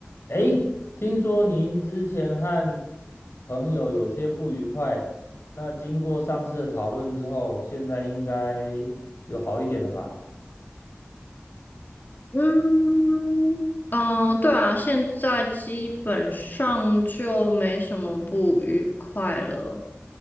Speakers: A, on the left (about 75°); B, on the left (about 50°).
A: 诶，听说您之前和朋友有些不愉快，那经过上次的讨论之后，现在应该有好一点了吧？
B: 嗯嗯，对啊，现在基本上就没什么不愉快了。